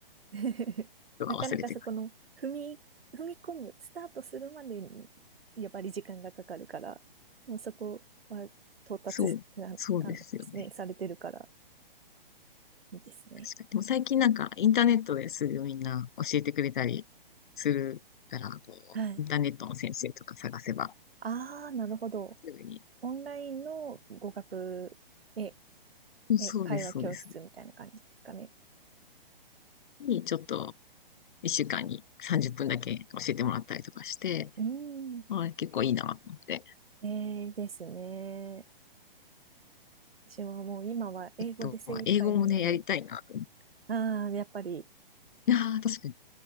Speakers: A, on the right; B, on the left.
A: <laughs>
B: とか忘れてない。
A: なかなかそこの踏み、踏み込む、スタートするまでにやっぱり時間がかかるから、もうそこは到達すな、
B: そう、そうですよね。
A: あのですね、されてるからいいですね。
B: 確かに。でも最近なんかインターネットですぐみんな教えてくれたりするから、こう、
A: はい。
B: インターネットの先生とか探せば、
A: ああ、なるほど。
B: すぐに。
A: オンラインの語学、え、
B: うんそうです、
A: え、会話教室みたいな感じですかね。
B: そうです。に、ちょっと、一週間に30分だけ教えてもらったりとかして、
A: うん。
B: あー結構いいなと思って。
A: えーですね。私はもう今は英語で精一杯なので、
B: あと、英語もね、やりたいなと思っ
A: ああ、やっぱり、
B: て。いやー確かに